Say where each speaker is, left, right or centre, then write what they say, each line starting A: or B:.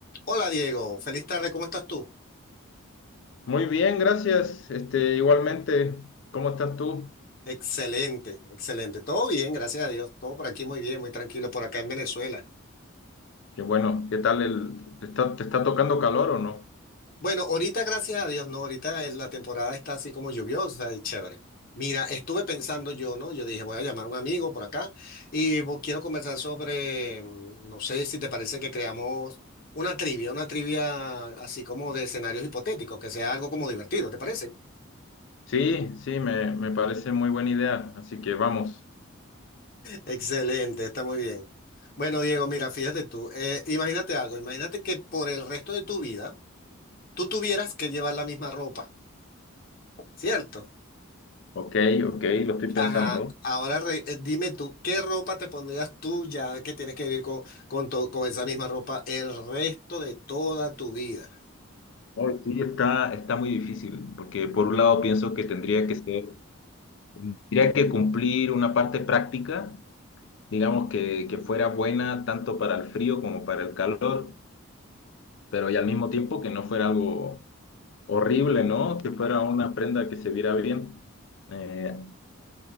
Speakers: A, on the left; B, on the left.
A: Hola Diego, feliz tarde, ¿cómo estás tú?
B: Muy bien, gracias. Este, igualmente, ¿cómo estás tú?
A: Excelente, excelente. Todo bien, gracias a Dios. Todo por aquí muy bien, muy tranquilo, por acá en Venezuela.
B: Qué bueno, ¿qué tal el, te está, te está tocando calor o no?
A: Bueno, ahorita gracias a Dios, no, ahorita en la temporada está así como lluviosa y chévere. Mira, estuve pensando yo, ¿no? Yo dije, voy a llamar a un amigo por acá y bo- quiero conversar sobre, mm, no sé si te parece que creamos una trivia, una trivia así como de escenarios hipotéticos, que sea algo como divertido, ¿te parece?
B: Sí, sí, me, me parece muy buena idea, así que vamos.
A: Excelente, está muy bien. Bueno, Diego, mira, fíjate tú, eh, imagínate algo, imagínate que por el resto de tu vida tú tuvieras que llevar la misma ropa, ¿cierto?
B: Ok, ok, lo estoy pensando.
A: Ajá, ahora re- eh, dime tú, ¿qué ropa te pondrías tú ya que tienes que vivir con, con, to- con esa misma ropa el resto de toda tu vida?
B: Ay, sí, está, está muy difícil, porque por un lado pienso que tendría que ser, tendría que cumplir una parte práctica, digamos que, que fuera buena tanto para el frío como para el calor, pero y al mismo tiempo que no fuera algo Horrible, ¿no? Que fuera una prenda que se viera bien. Eh,